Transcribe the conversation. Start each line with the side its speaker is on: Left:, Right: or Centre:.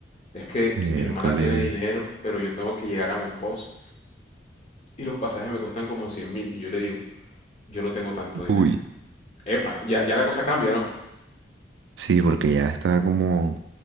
Left: Es que
Right: miércoles,
Left: mi hermana tiene dinero, pero yo tengo que llegar a Monpós y los pasajes me cuestan como cien mil. Y yo le digo, yo no tengo tanto dinero.
Right: uy.
Left: Epa, ya, ya la cosa cambia, ¿no?
Right: Sí, porque ya está como